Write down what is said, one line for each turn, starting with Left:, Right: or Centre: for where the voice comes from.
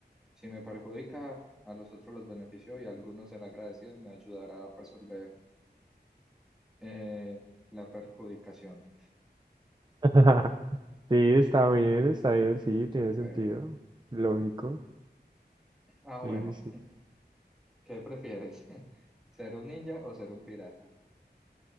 Centre: si me perjudica, a los otros los beneficio y a algunos será agradecido y me ayudará a resolver eh, la perjudicación.
Right: <laughs> Sí, está bien, está bien, sí, tiene sentido.
Centre: Eh,
Right: Lógico.
Centre: ah, bueno,
Right: Sí, sí, sí.
Centre: ¿qué prefieres? <laughs> ¿Ser un ninja o ser un pirata?